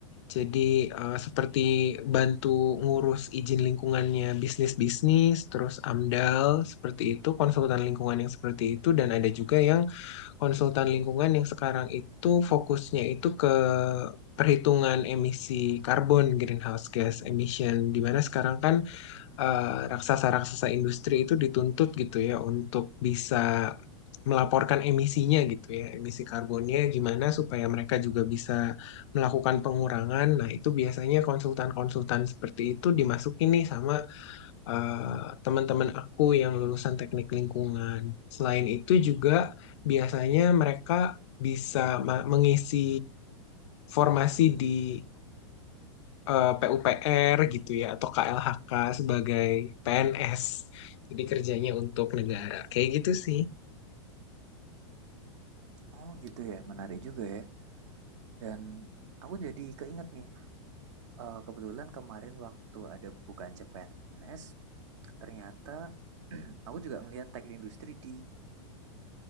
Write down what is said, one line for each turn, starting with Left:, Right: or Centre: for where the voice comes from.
Left: jadi eh, seperti bantu ngurus izin lingkungannya bisnis-bisnis, terus AMDAL seperti itu, konsultan lingkungan yang seperti itu dan ada juga yang konsultan lingkungan yang sekarang itu fokusnya itu ke perhitungan emisi karbon greenhouse gas emission di mana sekarang kan eh, raksasa-raksasa industri itu dituntut gitu ya untuk bisa melaporkan emisinya gitu ya emisi karbonnya gimana supaya mereka juga bisa melakukan pengurangan nah itu biasanya konsultan-konsultan seperti itu dimasukin nih sama eh, teman-teman aku yang lulusan teknik lingkungan. Selain itu juga biasanya mereka bisa ma- mengisi formasi di eh, PUPR gitu ya atau KLHK sebagai PNS. Jadi kerjanya untuk negara. Kayak gitu sih.
Right: Oh gitu ya, menarik juga ya. Dan aku jadi keinget nih, eh, kebetulan kemarin waktu ada bukaan CPNS, ternyata <clears throat> aku juga melihat teknik industri di